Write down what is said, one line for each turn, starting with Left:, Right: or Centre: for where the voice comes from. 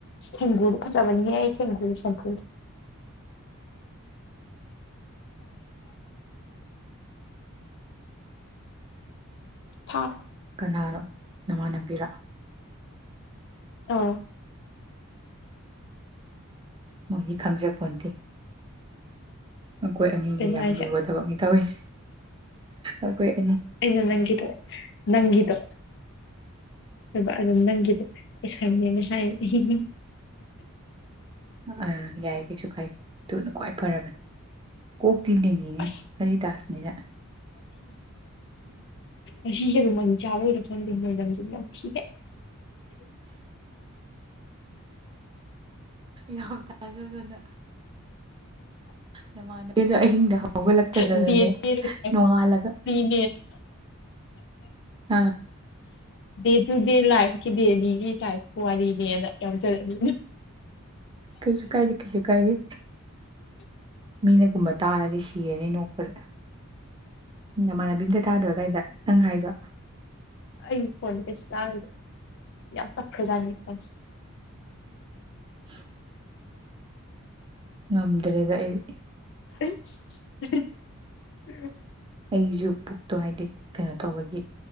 Left: ꯊꯦꯡꯒꯨꯗꯣ ꯐꯖꯕꯅꯤꯍꯦ ꯑꯩ ꯊꯦꯡꯒꯨꯒꯤ ꯁꯦꯟꯐꯨꯗꯣ ꯊꯥ
Right: ꯀꯅꯥꯅꯣ ꯅꯃꯥꯟꯅꯕꯤꯔꫭ
Left: ꯑ
Right: ꯃꯣꯏꯗꯤ ꯈꯪꯖꯄꯣꯟꯇꯦ ꯃꯈꯣꯏ ꯑꯅꯤꯒꯤ
Left: ꯀꯩꯅꯣ
Right: ꯌꯥꯝ
Left: ꯍꯥꯏꯁꯦ
Right: ꯂꯨꯕ ꯊꯕꯛꯅꯤ ꯇꯧꯔꯤꯁꯦ ꯑꯈꫭꯏ
Left: ꯏꯩꯅ ꯅꯪꯒꯤꯗꫭ ꯅꯪꯒꯤꯗꯣ ꯑꯗꯨꯒ ꯑꯗꯨꯝ ꯅꯪꯒꯤꯗꫭ ꯑꯦꯁꯥꯏꯟꯃꯦꯟꯅꯦ ꯍꯥꯏ ꯑꯍꯤ ꯍꯤꯡ
Right: ꯑ ꯌꯥꯏ ꯀꯩꯁꯨ ꯀꯥꯏꯗꯦ ꯗꯨꯅ ꯈꯋ꯭ꯏ ꯐꯔꯕꯅꯤ ꯀꯣꯛꯇꯤ ꯂꯤꯡꯉꯤꯅꯦ
Left: ꯑꯁ
Right: ꯍꯔꯤꯗꯥꯁꯅꯤꯅ
Left: ꯑꯁꯤ ꯌꯦꯔꯨꯝ ꯑꯅꯤ ꯆꯥꯕꯩꯔ ꯈꯪꯗꯦ ꯃꯣꯏꯅꯝꯁꯦ ꯅꯝꯊꯤꯍꯦ
Right: ꯌꯥꯝ ꯊꯥꯖꯗꯅ ꯅꯃꯥꯟꯕꯤꯗꯣ ꯑꯍꯤꯡꯗ ꯍꯧ ꯍꯧꯒꯠꯂꯛꯇꯗꯅꯅꯦ
Left: ꯗꯦ ꯇꯨ ꯗꯦ
Right: ꯅꯣꯡꯉꯥꯜꯂꯒ
Left: ꯂꯥꯏꯐꯀꯤꯅꯦ
Right: ꯑ
Left: ꯗꯦ ꯇꯨ ꯗꯦ ꯂꯥꯏꯐꯀꯤ ꯗꯦꯂꯤꯒꯤ ꯂꯥꯏꯐꯀꯤ ꯋꯥꯔꯤꯅꯦꯅ ꯌꯥꯎꯖꯔꯛꯅꯤ
Right: ꯀꯩꯁꯨ ꯀꯥꯏꯗꯦ ꯀꯩꯁꯨ ꯀꯥꯏꯗꯦ ꯃꯤꯅ ꯀꯨꯝꯕ ꯇꯥꯔꯗꯤ ꯁꯤꯔꯅꯤ ꯅꯣꯛꯄꯗ ꯅꯃꯥꯟꯅꯕꯤ ꯑꯝꯇ ꯇꯥꯗ꯭ꯔꯣ ꯗꯥꯏꯗ ꯅꯪ ꯍꯥꯏꯗꯣ
Left: ꯑꯩ ꯐꯣꯟꯗ ꯀꯩꯁꯨ ꯇꯔꯣꯏꯗ ꯌꯥꯝ ꯇꯞꯈ꯭ꯔꯖꯥꯠꯅꯤ ꯑꯩ ꯐꯣꯟꯁꯦ
Right: <unintelligible> ꯉꯝꯗ꯭ꯔꯦꯗ ꯑꯩꯗꯤ
Left: <unintelligible>
Right: ꯑꯩꯁꯨ ꯄꯨꯛꯇꯣ ꯍꯥꯏꯗꯤ ꯀꯩꯅꯣ ꯇꯧꯕꯒꯤ